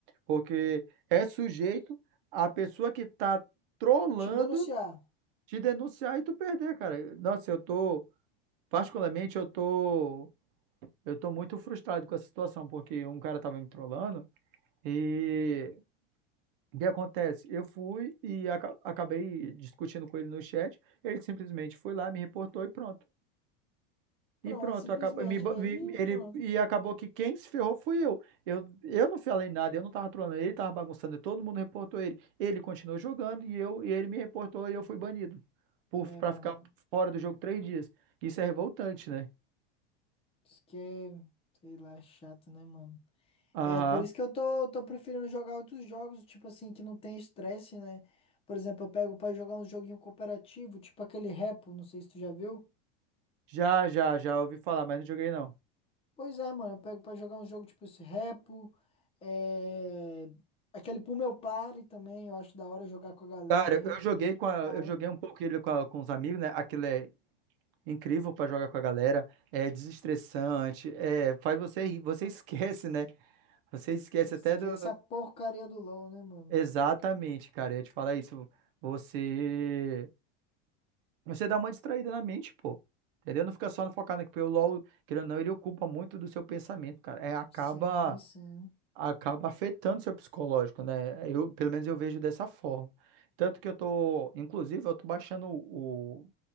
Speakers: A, on the right (about 65°); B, on the left (about 20°).
A: porque é sujeito a pessoa que está trolando
B: Te denunciar.
A: te denunciar e tu perder, cara. Nossa, eu tô, particularmente, eu tô, eu tô muito frustrado com essa situação, porque um cara tava me trollando e o que acontece? Eu fui e aca- acabei discutindo com ele no chat, ele simplesmente foi lá, me reportou e pronto. E
B: Pronto,
A: pronto,
B: simplesmente,
A: acaba- me ba-
B: né?
A: me-
B: E
A: ele,
B: pronto.
A: e acabou que quem se ferrou fui eu. eu. Eu não falei nada, eu não tava trolando ele, tava bagunçando, todo mundo reportou ele. Ele continuou jogando e eu e ele me reportou e eu fui banido por,
B: É,
A: pra
B: mano.
A: ficar fora do jogo três dias. Isso é revoltante, né?
B: Isso que é, sei lá, é chato, né, mano?
A: Aham.
B: É por isso que eu tô, tô preferindo jogar outros jogos, tipo assim, que não tem estresse, né? Por exemplo, eu pego pra jogar um joguinho cooperativo, tipo aquele Repo, não sei se tu já viu.
A: Já, já, já ouvi falar, mas não joguei não.
B: Pois é, mano, eu pego pra jogar um jogo tipo esse Repo, é... aquele Pull Meu Party também, eu acho da hora jogar com a galera,
A: Cara,
B: bem
A: eu joguei com a-
B: da hora.
A: eu joguei um pouco ele com, a- com os amigos, né? Aquilo é incrível pra jogar com a galera, é desestressante, é, faz você, rir, você <laughs> esquece, né? Você esquece
B: Esquece
A: até do
B: a porcaria do LoL, né, mano?
A: Exatamente, cara. Eu ia te falar isso. Você. Você dá uma distraída na mente, pô. Entendeu? Não fica só no focado, né? Porque o LOL, querendo ou não, ele ocupa muito do seu pensamento, cara. É, acaba,
B: Sim, sim.
A: acaba afetando seu psicológico, né? Eu, pelo menos eu vejo dessa forma. Tanto que eu tô. Inclusive, eu tô baixando o,